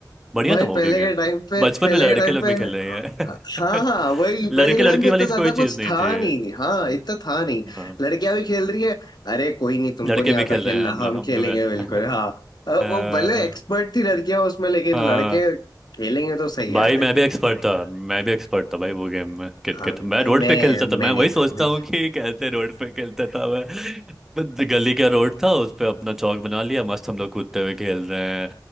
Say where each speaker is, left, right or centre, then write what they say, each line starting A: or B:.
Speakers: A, in the centre; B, on the left (about 70°).
A: बढ़िया
B: भाई
A: था वो
B: पहले
A: भी गेम
B: के टाइम पे
A: बचपन
B: पहले
A: में लड़के
B: के टाइम
A: लोग
B: पे
A: भी खेल रहे हैं
B: हाँ हाँ
A: <laughs>
B: वही
A: लड़के
B: पहले के
A: लड़की
B: टाइम पे इतना
A: वाली
B: ज्यादा
A: कोई
B: कुछ
A: चीज नहीं
B: था
A: थी
B: नहीं हाँ इतना था नहीं
A: हाँ
B: लड़कियां भी खेल रही है अरे कोई नहीं तुमको
A: लड़के
B: नहीं
A: भी
B: आता
A: खेल
B: खेलना
A: रहे हैं हम लोग
B: हम
A: हमको
B: खेलेंगे
A: भी आता
B: बिल्कुल हाँ अ,
A: <laughs> अ,
B: वो भले एक्सपर्ट थी लड़कियां उसमें लेकिन
A: हाँ
B: लड़के खेलेंगे तो सही है
A: भाई
B: देखो
A: मैं भी एक्सपर्ट था मैं भी एक्सपर्ट था भाई वो गेम में किट
B: हाँ
A: मैं
B: भाई
A: रोड
B: मैं
A: पे खेलता था
B: मैं
A: मैं
B: नहीं
A: वही सोचता
B: था मैं
A: हूँ कि कैसे रोड पे खेलता था मैं बस गली का रोड था उस पे अपना चौक बना लिया मस्त हम लोग कूदते हुए खेल रहे हैं